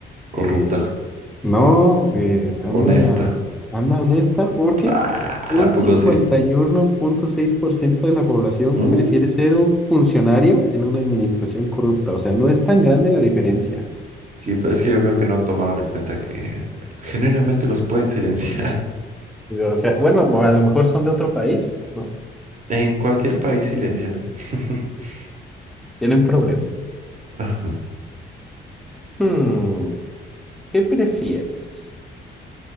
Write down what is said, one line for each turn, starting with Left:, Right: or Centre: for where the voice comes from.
Right: corrupta,
Centre: Eh, no, eh, anda,
Right: honesta.
Centre: anda honesta porque
Right: Ah,
Centre: un
Right: ¿a poco
Centre: cincuenta
Right: sí?
Centre: y uno punto seis por ciento de la población
Right: Mm.
Centre: prefiere ser un funcionario en una administración corrupta. O sea, no es tan grande la diferencia.
Right: Sí, pero es que yo creo que no tomaron en cuenta que genuinamente los pueden silenciar. <laughs>
Centre: O sea, bueno, a lo mejor son de otro país, ¿no?
Right: En cualquier país silencian, ¿eh? <laughs>
Centre: Tienen problemas.
Right: Ajá.
Centre: Hmm. ¿Qué prefieres?